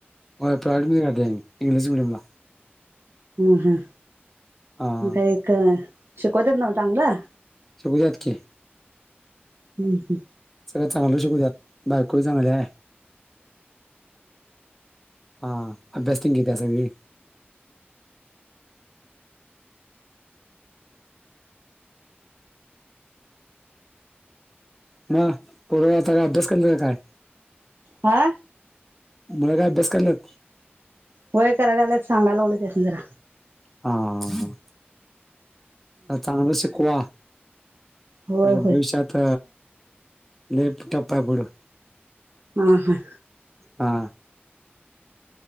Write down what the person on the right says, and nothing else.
हम् हम
मग, का एक शिकत्यातना चांगलं?
हम्म
हा
होय कराय लागलात सागालागलो त्यांना
होय
होय
हा हा